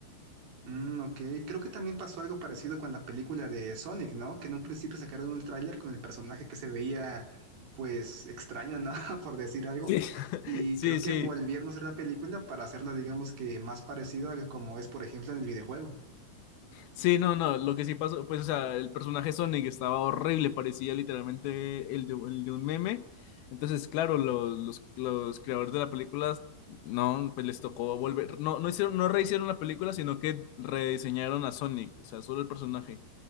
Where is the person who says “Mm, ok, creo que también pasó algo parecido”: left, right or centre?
Right